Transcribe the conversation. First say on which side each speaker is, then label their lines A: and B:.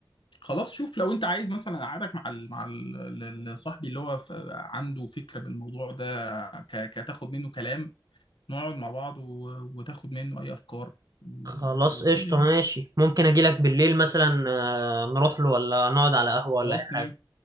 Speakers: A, on the left; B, on the right.
A: خلاص شوف لو انت عايز مثلا اقعدك مع ال... مع ال... ال- ال- صاحبي اللي هو ف... عنده فكره بالموضوع ده ك... كتاخد منه كلام نقعد مع بعض و... وتاخد منه اي افكار و...
B: خلاص
A: وكده
B: قشطة
A: يعني.
B: ماشي ممكن اجي لك بالليل مثلا آه، نروح له ولا نقعد على قهوة ولا
A: خلاص
B: اي
A: تمام
B: حاجة